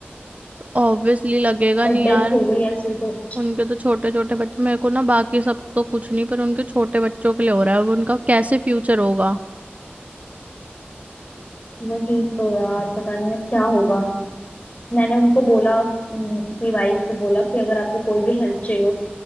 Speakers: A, on the right; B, on the left.
A: ऑब्वियसली लगेगा
B: और
A: नहीं यार
B: डेथ हो गई ऐसे तो
A: उनके तो छोटे छोटे बच्चे मेरे को ना बाकी सब तो कुछ नहीं पर उनके छोटे बच्चों के लिए हो रहा है अब उनका कैसे फ्यूचर होगा
B: वही तो यार पता नहीं अब क्या होगा मैंने उनको बोला उनकी वाइफ को बोला कि अगर आपको कोई भी हेल्प चाहिए हो